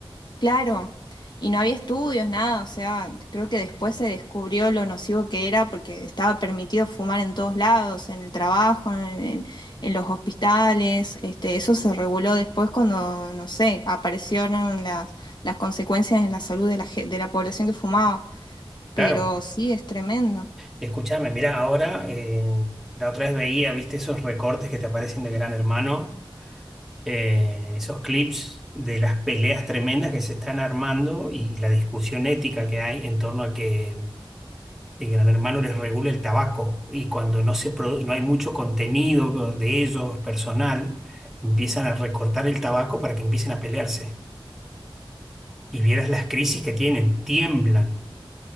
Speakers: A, on the left; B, in the centre.
A: Claro, y no había estudios, nada, o sea, creo que después se descubrió lo nocivo que era porque estaba permitido fumar en todos lados, en el trabajo, en, en- en los hospitales, este, eso se reguló después cuando, no sé, aparecieron las, las consecuencias en la salud de la, ge- de la población que fumaba, pero
B: claro.
A: sí, es tremendo.
B: Escúchame, mira, ahora eh, la otra vez veía, viste, esos recortes que te aparecen de Gran Hermano eh, esos clips de las peleas tremendas que se están armando y la discusión ética que hay en torno a que el Gran Hermano les regula el tabaco y cuando no se produ- no hay mucho contenido de ellos personal, empiezan a recortar el tabaco para que empiecen a pelearse. Y vieras las crisis que tienen, tiemblan